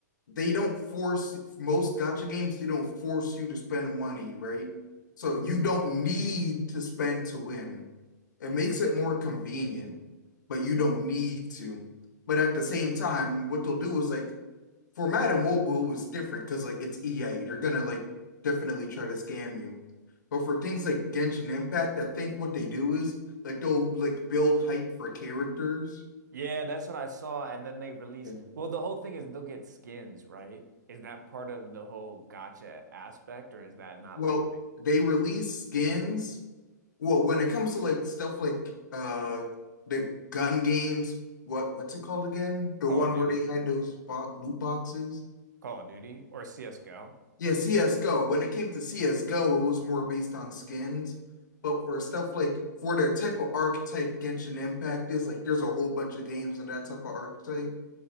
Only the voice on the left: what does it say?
they don't force most gacha games, they don't force you to spend money, right? So you don't need to spend to win. It makes it more convenient, but you don't need to. But at the same time, what they'll do is like for Madden Mobile is different because like it's EA. They're gonna like definitely try to scam you. But for things like Genshin Impact, I think what they do is like they'll like build hype for characters.
Yeah.
Well,
they release skins Well, when it comes to like stuff like uh the gun games, what what's it called again? The
one
where they had those bo loot boxes?
Yeah, CS:GO. When it came to CS:GO, it was more based on skins, but for stuff like for the type of archetype Genshin Impact is, like there's a whole bunch of games in that type of archetype.